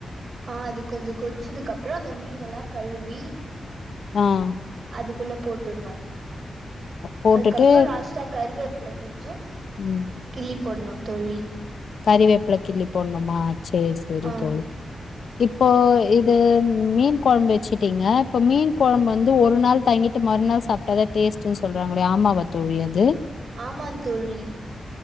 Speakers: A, on the right; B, on the left.
A: ஆஹ் அது கொஞ்சோ கொச்சதுக்கு அப்புறம் அந்த மீன் எல்லாம் கழுவி
B: ஆஹ்
A: அதுக்குள்ள போட்டுர்ணும்
B: போட்டுட்டு
A: அதுக்கப்புறம் லாஸ்டா கருவேப்புல கொஞ்சம்
B: ம்
A: கிள்ளி போட்னு தோழி
B: கறிவேப்பில கிள்ளி போட்ணுமா சேர் சேரி
A: ஆ
B: தோழி இப்போ இது மீன் குழம்பு வச்சுட்டீங்க இப்ப மீன் குழம்பு வந்து ஒரு நாள் தங்கிட்டு மறுநாள் சாப்ட்டாதான் டேஸ்ட்ன்னு சொல்றாங்க இல்லையா ஆமாவா தோழி அது
A: ஆமான் தோழி